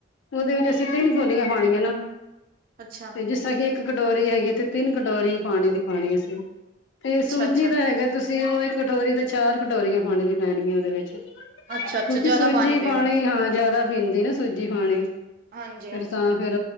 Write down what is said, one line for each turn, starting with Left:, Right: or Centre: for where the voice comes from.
Left: ਉਹਦੇ ਵਿੱਚ ਅਸੀਂ ਤਿੰਨ ਗੋਲੀਆਂ ਪਾਣੀਆਂ ਨਾ
Right: ਅੱਛਾ
Left: ਤੇ ਜਿਸ ਤਰ੍ਹਾਂ ਕਿ ਇੱਕ ਕਟੋਰੀ ਹੈਗੀ ਤੇ ਤਿੰਨ ਕਟੋਰੀ ਪਾਣੀ ਦੀ ਪਾਣੀ ਅਸੀਂ ਤੇ ਸੂਜੀ
Right: ਅੱਛਾ ਅੱਛਾ
Left: ਦਾ ਹੈਗਾ ਤੁਸੀਂ ਉਹ ਕਟੋਰੀ ਦੇ ਚਾਰ ਕਟੋਰੀਆਂ ਖਾਣੀ ਵੀ ਪੈਣਗੀਆਂ ਉਹਦੇ ਵਿੱਚ
Right: ਅੱਛਾ ਅੱਛਾ
Left: ਕਿਉਂਕਿ
Right: ਜਿਆਦਾ
Left: ਸੂਜੀ
Right: ਪਏਗਾ
Left: ਪਾਣੀ ਹਾਂ ਜਿਆਦਾ ਪੀਂਦੀ ਨਾ ਸੂਜੀ ਪਾਾਣੀ
Right: ਹਾਂਜੀ
Left: ਫਿਰ
Right: ਹਾਂਜੀ
Left: ਤਾਂ ਫੇਿਰ